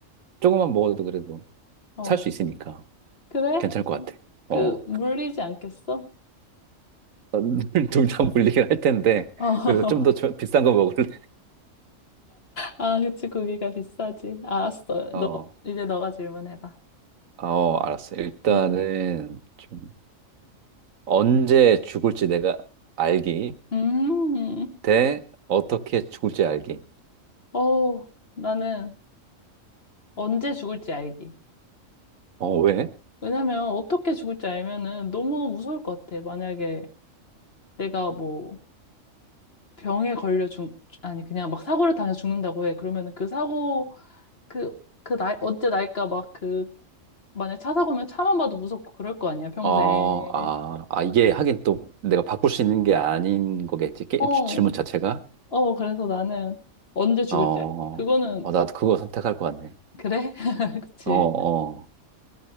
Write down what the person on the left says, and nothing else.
어.
그래?
그,
물리지 않겠어?
어.
<laughs>
아, 그치, 고기가 비싸지. 알았어.
너, 이제 너가 질문해봐.
응?
음,
어, 나는 언제 죽을지 알기.
왜냐면 어떻게 죽을지 알면은 너무 무서울 것 같아. 만약에 내가 뭐 병에 걸려 죽, 아니, 그냥 막 사고를 당해서 죽는다고 해. 그러면은 그 사고, 그, 그 날, 언제 날까 막 그, 만약 차 사고면 차만 봐도 무섭고 그럴 거 아니야, 평생.
어,
어, 그래서 나는 언제 죽을지
알기. 그거는,
그래? <laughs> 그치.